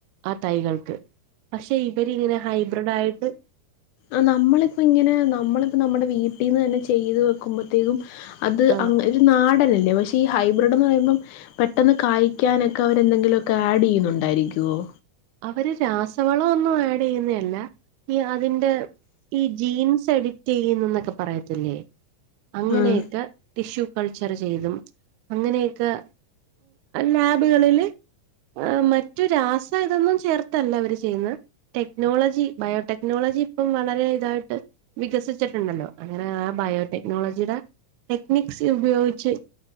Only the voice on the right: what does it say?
ആഹ് തൈകൾക്ക് പക്ഷെ ഇവരിങ്ങനെ ഹൈബ്രിഡ് ആയിട്ട്
ആഹ്
അവര് രാസവളം ഒന്നും ആഡ് ചെയ്യുന്നല്ല ഈ അതിന്റെ ഈ ജീൻസ് എഡിറ്റ് ചെയ്യുന്നുന്നൊക്കെ പറയത്തില്ലേ അങ്ങനെയൊക്കെ
ടിഷ്യൂ കൾച്ചർ ചെയ്തും അങ്ങനെയൊക്കെ ലാബുകളിൽ ആഹ് മറ്റ് രാസ ഇതൊന്നും ചേർത്തല്ല അവര് ചെയ്യുന്ന ടെക്നോളജി ബയോടെക്നോളജി ഇപ്പം വളരെ ഇതായിട്ട് വികസിച്ചിട്ടുണ്ടല്ലോ അങ്ങനെ ആഹ് ബയോടെക്നോളജിയുടെ ടെക്നിക്സ് ഉപയോഗിച്ച്